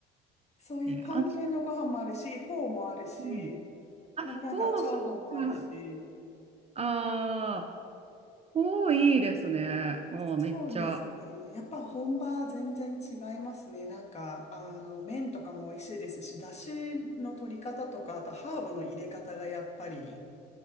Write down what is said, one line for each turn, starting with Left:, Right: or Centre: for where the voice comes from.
Left: そういうパン系のご飯もあるし、
Right: ね。あと、
Left: フォーもあるし、
Right: うん。あ、
Left: ななんかチャーハンもあるし、
Right: フォー、そうか。ああ、フォーいいですね。あーめっちゃ。
Left: そうですね。やっぱ本場は全然違いますね。なんか、あの、麺とかも美味しいですし、だしの取り方とか、あとハーブの入れ方がやっぱり、